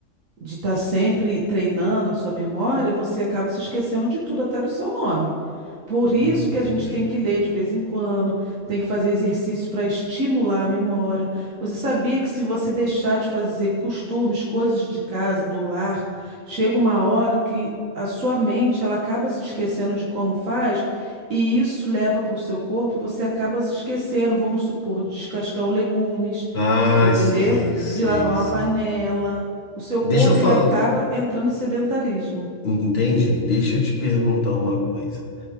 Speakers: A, on the right; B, on the left.
A: de estar sempre treinando a sua memória, você acaba se esquecendo de tudo, até do seu nome. Por
B: Meu
A: isso
B: Deus.
A: que a gente tem que ler de vez em quando, tem que fazer exercício para estimular a memória. Você sabia que se você deixar de fazer costumes, coisas de casa, do lar, chega uma hora que a sua mente ela acaba se esquecendo de como faz, e isso leva para o seu corpo e você acaba se esquecendo, vamos supor, de descascar um legumes,
B: Ai,
A: entendeu?
B: sei, sei,
A: De lavar
B: sei.
A: uma panela. O seu corpo
B: Deixa eu falar,
A: ele acaba entrando em sedentarismo.
B: entendi. Deixa eu te perguntar uma coisa.